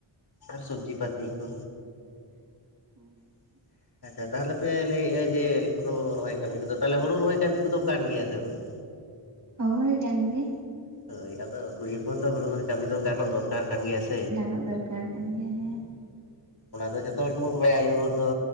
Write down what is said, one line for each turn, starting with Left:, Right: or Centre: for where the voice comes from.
Left: ᱟᱨ ᱥᱚᱵᱽᱡᱤ ᱯᱟᱛᱤ ᱠᱚ
Right: <unintelligible>
Left: <unintelligible> ᱟᱪᱷᱟ ᱛᱟᱦᱚᱞᱮ ᱯᱮ ᱞᱟᱹᱭᱮᱫᱼᱟ ᱡᱮ ᱮᱠᱷᱚᱱᱳ ᱨᱚᱦᱚᱭ ᱠᱟᱹᱢᱤ ᱠᱚᱫᱚ ᱛᱟᱦᱚᱞᱮ ᱦᱩᱲᱩ ᱨᱚᱦᱚᱭ ᱠᱟᱹᱢᱤ ᱠᱚᱫᱚᱢ ᱠᱟᱱ ᱜᱮᱭᱟ ᱥᱮ ᱵᱟᱝ
Right: ᱦᱳ ᱦᱳᱭ ᱠᱟᱱ ᱜᱮ
Left: ᱦᱳᱭ ᱟᱫᱚ ᱠᱩᱲᱤ ᱦᱚᱯᱚᱱ ᱫᱚ ᱦᱩᱲᱩ ᱨᱚᱦᱚᱭ ᱠᱟᱹᱡᱤ ᱫᱚ ᱜᱟᱱᱚᱜ ᱫᱚᱨᱠᱟᱨ ᱠᱟᱱ ᱜᱮᱭᱟ ᱥᱮ
Right: ᱜᱟᱱᱚᱜ ᱫᱚᱨᱠᱟᱨ ᱠᱟᱱ ᱜᱮᱭᱟ ᱦᱮᱸ
Left: ᱚᱱᱟ ᱫᱚ ᱡᱚᱛᱚ ᱦᱚᱲ ᱜᱮᱵᱚᱱ ᱵᱟᱜᱟᱭᱟ ᱟᱭᱩ ᱦᱚᱲ ᱫᱚ